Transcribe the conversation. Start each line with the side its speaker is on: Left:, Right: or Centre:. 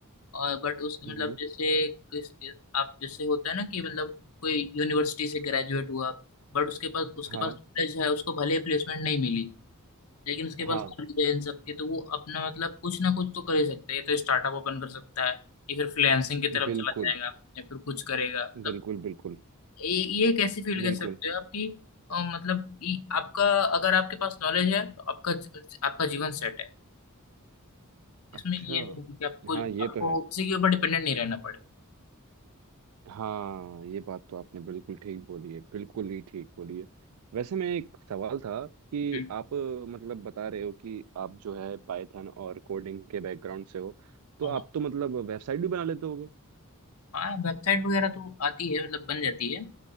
Left: और बट उसके
Right: हम्म
Left: मतलब जैसे किस आप जैसे होता है ना कि मतलब कोई यूनिवर्सिटी से ग्रेजुएट हुआ बट उसके पास उसके
Right: हाँ
Left: पास नॉलेज है उसको भले प्लेसमेंट नहीं मिली लेकिन उसके पास
Right: हाँ
Left: नॉलेज है इन सब की तो वो अपना मतलब कुछ ना कुछ तो कर ही सकता है ये तो स्टार्टअप ओपन कर सकता है या फिर फ्रीलांसिंग की तरफ
Right: बिल्कुल
Left: चला जाएगा या फिर कुछ करेगा मतलब
Right: बिल्कुल बिल्कुल
Left: ये ये एक ऐसी फील्ड कह
Right: बिल्कुल
Left: सकते हो आपकी अ, मतलब ये आपका अगर आपके पास नॉलेज है तो आपका आपका जीवन सेट है इसमें
Right: अच्छा
Left: ये नहीं है कि आपको
Right: हाँ ये
Left: आपको
Right: तो है
Left: किसी के ऊपर डिपेंडेंट नहीं रहना पड़े
Right: हाँ ये बात तो आपने बिल्कुल ठीक बोली है बिल्कुल ही ठीक बोली है वैसे मैं एक सवाल था कि
Left: हम्म
Right: आप अ, मतलब बता रहे हो कि आप जो है पाइथन और कोडिंग के बैकग्राउंड से हो तो
Left: हाँ
Right: आप तो मतलब वेबसाइट भी बना लेते होगे
Left: हाँ वेबसाइट वगैरह तो आती है मतलब बन जाती है